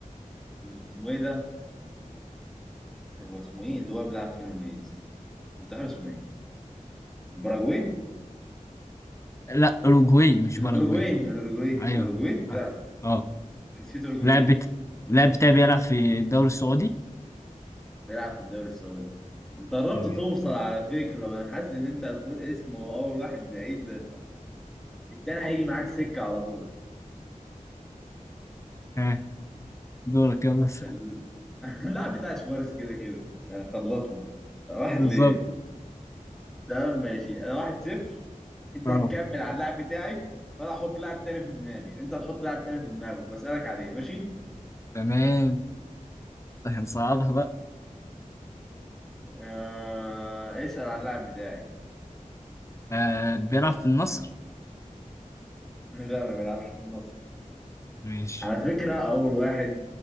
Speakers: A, in the centre; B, on the left.
A: اسمه ايه ده؟ هو اسمه ايه اللي هو بيلعب فيه نونيز؟ منتخب اسمه ايه؟ باراجواي
B: لا أوروجواي مش
A: الاوروجواي
B: باراجواي
A: الاوروجواي
B: أيوه
A: الاوروجواي بيلعب
B: اه آه.
A: جنسيته اوروجواي
B: اللاعب بت... اللاعب بتاعي بيلعب في الدوري السعودي
A: بيلعب في الدوري السعودي انت قربت
B: تمام
A: توصل على فكره وانا حاسس ان انت هتقول اسمه هو اول واحد بعيد بس التاني هيجي معاك سكه على طول
B: ها دورك يلا س-
A: ال... <laughs> اللاعب بتاع شوارز كده كده يعني خلصنا واحد
B: بالظبط
A: ليا تمام ماشي انا واحد صفر انت
B: اه
A: هتكمل على اللاعب بتاعي وانا هحط لاعب تاني في دماغي انت هتحط لاعب تاني في دماغك واسالك عليه ماشي
B: تمام هنصعدها بقى
A: آه... اسال على اللاعب بتاعي
B: آه بيلعب في النصر
A: لا ما بيلعبش في النص
B: ماشي
A: على فكرة أول واحد